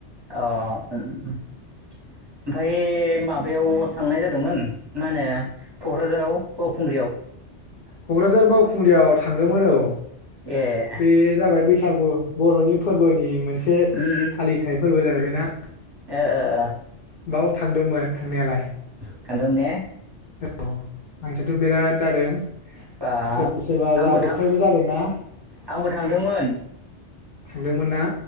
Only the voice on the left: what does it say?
क'क्राझार बावखुंग्रियाव थांदोंमोन औ
बे जाबाय बैसागु बर'नि फोरबोनि मोनसे
फालिथाय फोरबो जाहैबाय ना
बाव थांदोंमोन। थांनायालाय
औ मानसियाथ' बिराद जादों
सोरबा सोरबा
जाब्रबथायबो
जादोंना
थांदोंमोन ना